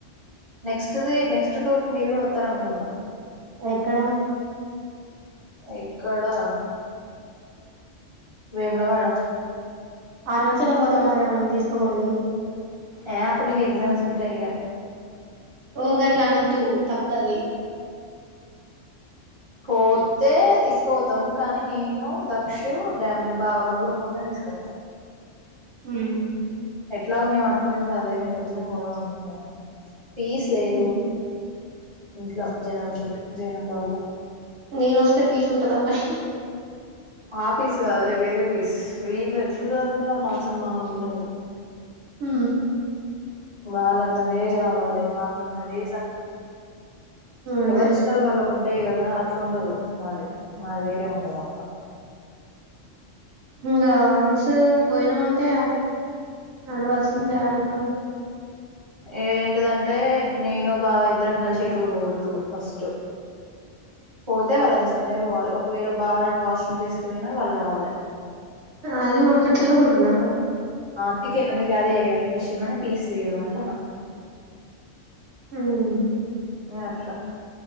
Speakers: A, on the right; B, on the right.
A: నెక్స్టది. నెక్స్టటూర్ కు మీరు కూడా వస్తార అనుకుంటా
B: ఎక్కడ
A: ఎక్కడా వేమలవాడ
B: అరుణాచలం పోతే మాత్రమే నన్ను తీసుకుపోండీ.
A: ఏ అప్పుడిక. నీకు ఎగ్జామ్స్ ఉంటాయి ఇగ
B: ఓ ఊరికట్లా అనొద్దు తప్పది
A: పోతే తీసుకుపోతాం కానీ నేను దక్షూ డ్యామ్ బావ ముగ్గురం పోతే తీసుకుపోతాం. తీసుకుపోతాం.
B: మ్
A: ఎట్లాగు మేము అనుకునేది కూడా అదే మేము ముగ్గురమే పోదాం అనుకుంటాన్నాము. పీస్ లేదు
B: హ్మ్
A: ఇంట్లో జనాలతోటి జనాల వల్ల
B: నేను వస్తే పీస్ ఉంటదా మరి
A: ఆ పీస్ కాదులే వేరే పీస్. వీళ్ళు ఎట్లా ఉంటుంది అనుకుంటున్నావు టార్చర్ మామూలుగా ఉండదు.
B: మ్
A: వాళ్ళన్నదే కావాలి వాళ్ళన్నదే
B: అదే
A: ఎవరి ఇష్టాలు వాళ్ళకు ఉంటాయి కదా అట్లాండదు. మాది వేరే ఉంటది మొత్తం.
B: ఇంకా వన్స్ పోయినాం అంటే నడవల్సి సిందడు పని
A: ఏంటిదంటే నేను బావ ఇద్దరం కలిసి ఎటూ పోవద్దు ఫస్ట్ <inaudible> పోతే వాళ్ళని తీసుకునే పోవాలి ఒకవేళ బావనన్ను వాష్రూమ్ తీసుకుపోయినా వాళ్ళు రావాలి.
B: అది వచ్చేట్లో కూడన
A: అందుకే అదే ఆ విషయంలోనే పీస్ లేదు అంటాన్నా.
B: మ్
A: అట్లా